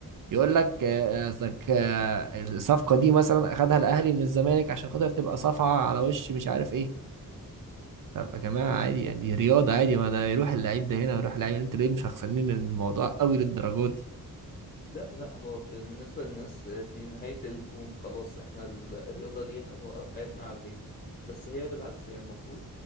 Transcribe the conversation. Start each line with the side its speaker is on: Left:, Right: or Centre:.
Right: يقول لك آه، قصدك آه، الصفقه دي مثلا اخدها الاهلي من الزمالك عشان خاطر تبقى صفعه على وش مش عارف ايه طب يا جماعه عادي يعني دي رياضه عادي ما ده يروح اللعيب ده هنا ويروح اللعيب انت ليه مشخصنين الموضوع قوي للدرجه دي
Left: لا لا هو بالنسبة للناس دي نهاية الكون خلاص احنا ال- الرياضة دي هنوقف حياتنا عليها بس هي بالعكس هي المفروض